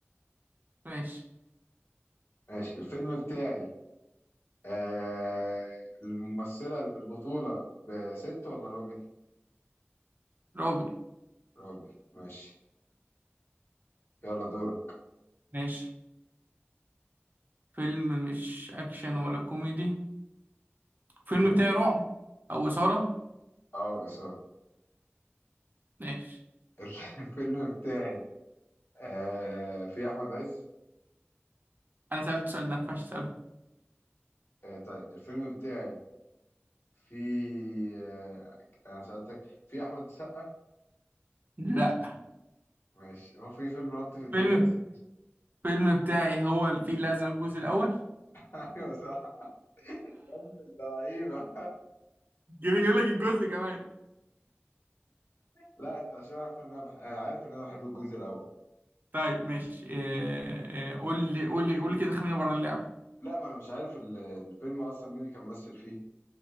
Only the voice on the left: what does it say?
ماشي الفيلم بتاعي آه الممثلة البطولة بست ولا راجل؟
راجل ماشي يلا دورك
ايوه
اه إثارة
<laughs> الفيلم بتاعي آه في أحمد عز
آه طيب الفيلم بتاعي في آه أنا سألتك في أحمد السقا
ماشي هو في فيلم نط في دماغي
بس
<laughs> أيوه صح يا ابن اللعيبة
لا أنت عشان عارف إن أنا بح- أنا عارف إن أنا بحب الجزء الأول
لا ما انا مش عارف ال- الفيلم اصلا مين اللي كان ممثل فيه